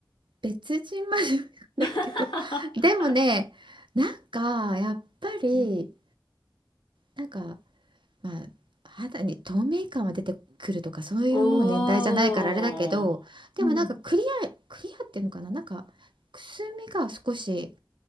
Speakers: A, on the right (about 80°); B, on the left (about 80°).
A: 別人までは言わないけど、
B: <laughs>
A: でもね、なんかやっぱり、
B: うん
A: なんか、まあ、肌に透明感は出てくるとか、そういうもう年代じゃないからあれだけど、
B: おー。
A: でもなんかクリア、
B: うん
A: クリアっていうのかな、なんかくすみが少し